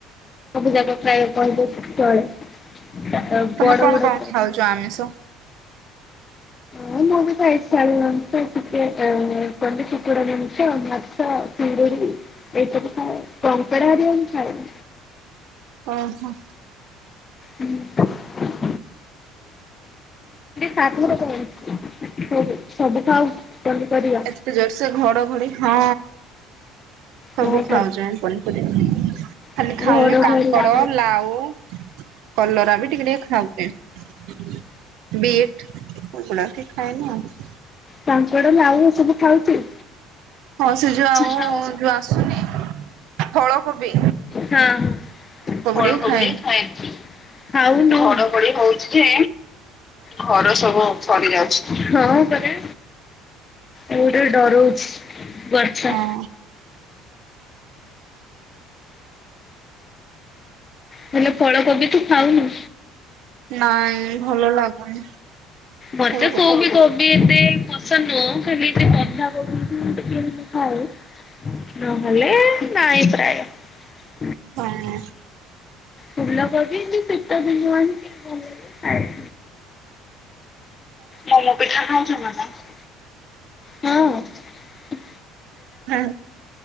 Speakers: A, on the left (about 20°); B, on the right (about 60°).
A: ସବୁଜାକ ପ୍ରାୟ କହିଲେ ଚଳେ
B: ତମେ
A: ବଡ
B: କଣ
A: ବଡ
B: କଣ ଖାଉଛ ଆମିଷ?
A: ହଁ ମଗ କ ଆଇତ ଆଳ ନମସ ଟିକେ ଅ କଣ୍ଡିତି କୁଡ଼ା ନମିଷ ମଛ ସିଙ୍ଗୁଡି ଏଇଟବୁ ଖାଏ କଙ୍କଡା ହାରଆ ବି ଖାଏ
B: ଓହୋ
A: ହୁଁ ଠର କ ସବୁ ସବୁ ଖାଉ ପନିପରିବା
B: ଏତେ ଜୋରସୋ ଘଡଘଡି ହଁ ସବୁ
A: ହଁ
B: ଖାଉଛ ପନିପରିବା ଖାଲି
A: ଘଡଘଡି
B: ଖାଉନି କାଙ୍କଡ
A: ହଁ
B: ଲାଉ କଲରା ବି ଟିକେ ଟିକେ ଖାଉଛେ ପେଟ କୁକୁଡ଼ା ସେ ଖାଇଏନ ଆଉ
A: ତାଙ୍କଡେ ବି ଆଉ ସବୁ ଖାଉଥିଲୁ
B: ହଁ ସେ ଯୋଉ ଆଉ
A: ଳୋ
B: ଯୋଉ ଆସୁନି ଫଳକୋବି
A: ହ ହ ଫଳକୋବି
B: ଟିକେ ଖାଏନି।
A: ଖାଇଛି ଘଡଘଡି ହଉଛି ଯେ ଘର ସବୁ ସଡି ଯାଉଛି ହଁ କରେ ମୁଟେ ଡରଉଛି ବର୍ଛ
B: ହଁ
A: ହେଲେ ପଳକୋବି ତୁ ଖାଉନୁ?
B: ନାଇଁ ଭଲ ଲାଗୁନି
A: ମତେ
B: ଫଳକୋବି।
A: କୋଉବି କୋ ତେ ଏତେ ପସନ୍ଦ ନୁହଁ ଖାଲି ବନ୍ଧାକୋବିକୁ ଟିକେ ମୁଁ ଖାଏ। ନହଲେ ନାଇଁ ପ୍ରାୟ।
B: ହଁ।
A: ଫୁଲକୋବି ଏମିତି ଶୀତ ଦିନ ଏମିତି ଭଲ ଲାଗେ ଖାଏ। ମୋମୋ ପିଠା ଖାଉଛୁ ନା ନାଇଁ? ହଁ <unintelligible>
B: ହଁ